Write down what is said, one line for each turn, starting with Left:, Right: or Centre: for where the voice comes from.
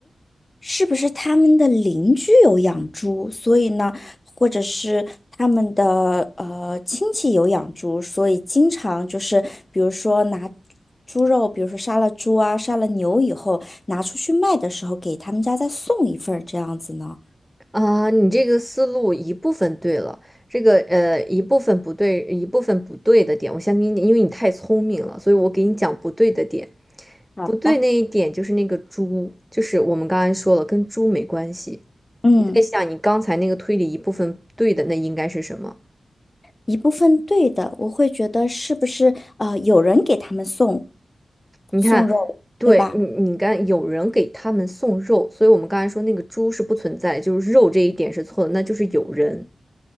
Left: 是不是他们的邻居有养猪，所以呢，或者是他们的呃亲戚有养猪，所以经常就是比如说拿猪肉，比如说杀了猪啊，杀了牛以后拿出去卖的时候，给他们家再送一份儿这样子呢？
Centre: 啊，你这个思路一部分对了，这个呃一部分不对，一部分不对的点，我先给你，因为你太聪明了，所以我给你讲不对的点。
Left: 好的。
Centre: 不对那一点就是那个猪，就是我们刚才说了，跟猪没关系。
Left: 嗯，
Centre: 你在想你刚才那个推理一部分对的，那应该是什么？
Left: 一部分对的，我会觉得是不是呃有人给他们送
Centre: 你看，
Left: 送肉，
Centre: 对你，
Left: 对吧？
Centre: 你刚有人给他们送肉，所以我们刚才说那个猪是不存在的就是肉这一点是错的，那就是有人。